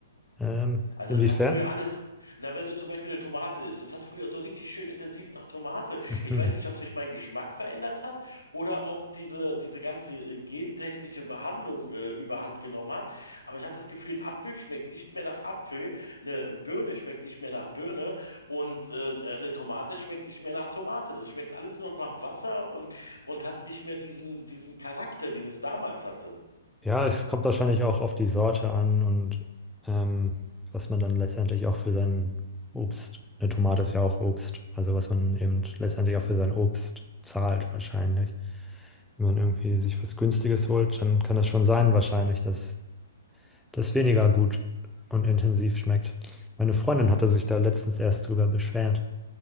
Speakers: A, in the centre; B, on the left.
A: Ähm,
B: Also
A: inwiefern?
B: das hat früher alles. Na, wenn du zum Beispiel eine Tomate isst, das hat früher so richtig schön intensiv nach Tomate.
A: Mhm.
B: Ich weiß nicht, ob sich mein Geschmack verändert hat oder ob diese, diese ganze äh, gentechnische Behandlung äh, überhand genommen hat. Aber ich habe das Gefühl, ein Apfel schmeckt nicht mehr nach Apfel, eine Birne schmeckt nicht mehr nach Birne und äh, eine Tomate schmeckt nicht mehr nach Tomate. Das schmeckt alles nur noch nach Wasser und, und hat nicht mehr diesen, diesen Charakter, den es damals hatte.
A: Ja, es kommt wahrscheinlich auch auf die Sorte an und ähm, was man dann letztendlich auch für sein Obst, eine Tomate ist ja auch Obst, also was man eben letztendlich auch für sein Obst zahlt wahrscheinlich. Wenn man irgendwie sich was Günstiges holt, dann kann das schon sein wahrscheinlich, dass das weniger gut und intensiv schmeckt. Meine Freundin hatte sich da letztens erst drüber beschwert,